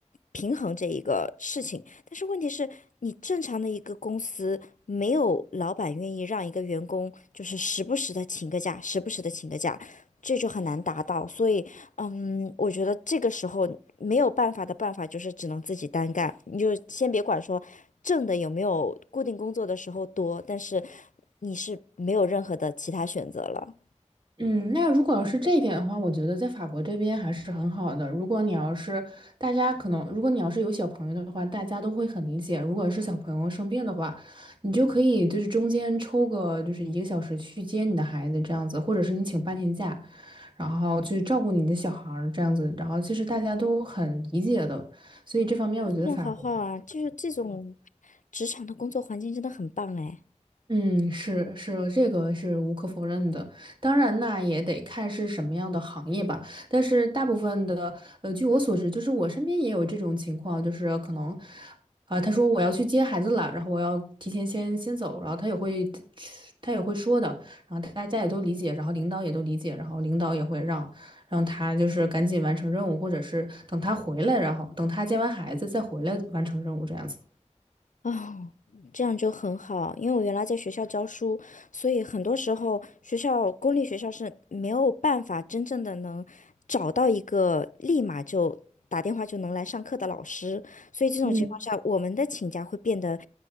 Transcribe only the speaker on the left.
平衡这一个事情。但是问题是，你正常的一个公司，没有老板愿意让一个员工就是时不时的请个假，时不时的请个假，这就很难达到。所以，嗯，我觉得这个时候没有办法的办法就是只能自己单干。你就先别管说挣的有没有固定工作的时候多，但是你是没有任何的其他选择了。
这种好好啊，就是这种职场的工作环境真的很棒哎。
哦，这样就很好，因为我原来在学校教书，所以很多时候学校公立学校是没有办法真正的能找到一个立马就打电话就能来上课的老师，所以这种情况下，
我们的请假会变得